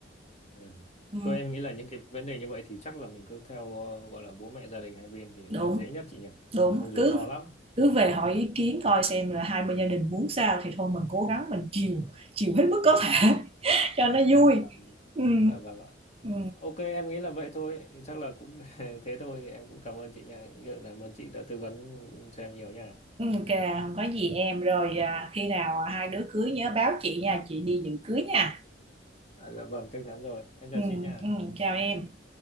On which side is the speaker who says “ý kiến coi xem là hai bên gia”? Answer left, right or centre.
Right